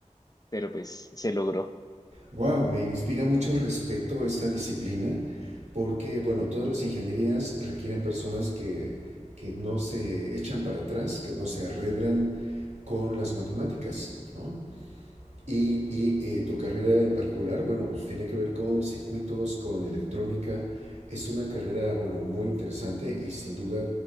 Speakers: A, on the left; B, on the right.
A: pero pues se logró.
B: Wow, me inspira mucho respeto esta disciplina porque, bueno, todas las ingenierías requieren personas que, que no se echan para atrás, que no se arredran con las matemáticas, ¿no? Y, y, eh, tu carrera en particular, bueno, pues tiene que ver con circuitos, con electrónica. Es una carrera, bueno, muy interesante y sin duda,